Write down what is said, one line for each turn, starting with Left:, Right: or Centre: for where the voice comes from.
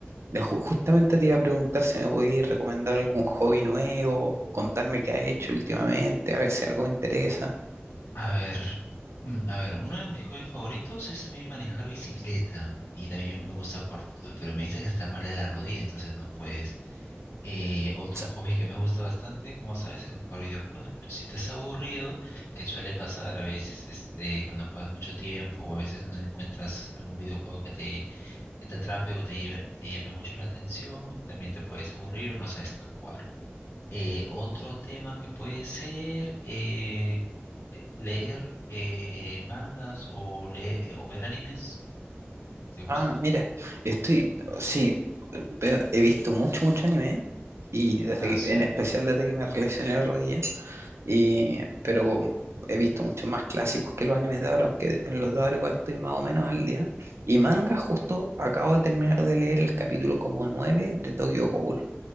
Right: De- ju- Justamente te iba a preguntar si me podías recomendar algún hobby nuevo, contarme qué has hecho últimamente, a ver si algo me interesa.
Left: A ver, mm, a ver, uno de mis hobbies favoritos es también manejar bicicleta y también me gusta jugar fútbol, pero me dice que está mal de la rodilla, entonces no puedes. Eh, otro
Right: O sea,
Left: hobby que me gusta bastante, como sabes, es jugar videojuegos, pero si estás aburrido, que suele pasar a veces, este, cuando juegas mucho tiempo o a veces no encuentras algún videojuego que te, que te atrape o te lleve, te llame mucho la atención, también te puedes aburrir o no sabes qué jugar. Eh, otro tema que puede ser eh, eh, leer eh, mangas o, leer, o ver animes. ¿Te gusta?
Right: ah, mira, estoy, sí, ve- he visto mucho, mucho anime y desde
Left: Ah,
Right: que-
Left: sí.
Right: en especial desde que me relacioné al rodilla Y, pero como he visto muchos más clásicos que los animes de ahora, aunque en los de ahora igual estoy más o menos al día. Y manga, justo acabo de terminar de leer el capítulo como 9 de Tokyo Ghoul,